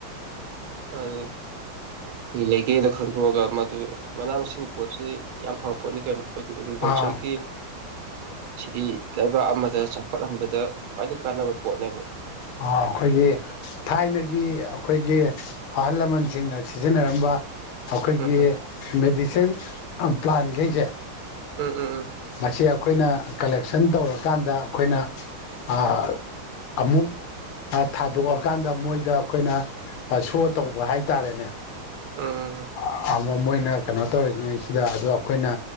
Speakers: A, on the right (about 75°); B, on the left (about 85°).
A: ꯍꯜꯂꯣ ꯀꯩ ꯂꯩꯒꯦꯗꯣ ꯈꯪꯗꯣꯛꯑꯒ ꯃꯗꯨ ꯃꯅꯥ ꯃꯁꯤꯡꯒꯤ ꯄꯣꯠꯁꯦ ꯌꯥꯝ ꯐꯕ ꯄꯣꯠꯅꯤ ꯀꯩꯅꯣ꯫ ꯑꯩꯈꯣꯏꯒꯤ ꯑꯦꯒ꯭ꯔꯤꯀꯜꯆꯔꯒꯤ
B: ꯑꯥ
A: ꯁꯤꯗꯤ ꯂꯩꯕꯥꯛ ꯑꯃꯥꯗ ꯆꯥꯎꯈꯠꯍꯟꯕꯗ ꯈ꯭ꯋꯥꯏꯗꯒꯤ ꯀꯥꯟꯅꯕ ꯄꯣꯠꯅꯦꯕ꯫
B: ꯑ ꯑꯩꯈꯣꯏꯒꯤ ꯊꯥꯏꯅꯒꯤ ꯑꯩꯈꯣꯏꯒꯤ ꯑꯍꯜ ꯂꯃꯟꯁꯤꯡꯅ ꯁꯤꯖꯤꯟꯅꯔꯝꯕ ꯑꯩꯈꯣꯏꯒꯤ
A: ꯎꯝ ꯍꯝ
B: ꯃꯦꯗꯤꯁꯤꯟ ꯄ꯭ꯂꯥꯟꯒꯩꯖꯦ
A: ꯎꯝ ꯎꯝ ꯎꯝ
B: ꯃꯁꯤ ꯑꯩꯈꯣꯏꯅ ꯀꯂꯦꯛꯁꯟ ꯇꯧꯔꯀꯥꯟꯗ ꯑꯩꯈꯣꯏꯅ ꯑꯥ ꯑꯃꯨꯛ ꯊꯥꯗꯣꯛꯑꯀꯥꯟꯗ ꯃꯣꯏꯗ ꯑꯩꯈꯣꯏꯅ ꯑꯥ ꯁꯣ ꯇꯧꯕ ꯍꯥꯏꯇꯥꯔꯦꯅꯦ
A: ꯎꯝ ꯎꯝ
B: ꯑꯥ ꯑꯥ ꯃꯣꯏꯅ ꯀꯩꯅꯣ ꯇꯧꯔꯤꯉꯩꯁꯤꯗ ꯑꯗꯨꯗꯥ ꯑꯩꯈꯣꯏꯅ